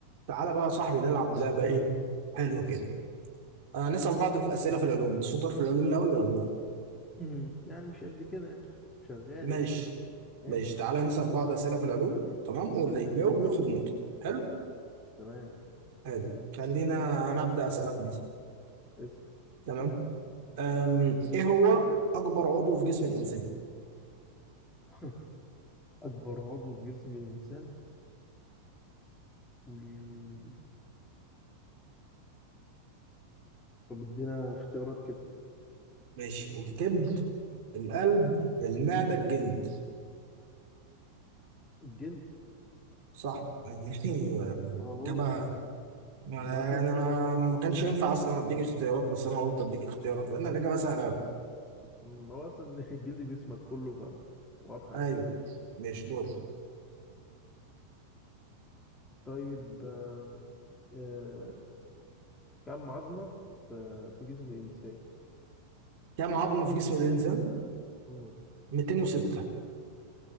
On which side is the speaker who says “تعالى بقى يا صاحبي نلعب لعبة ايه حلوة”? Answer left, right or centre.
Right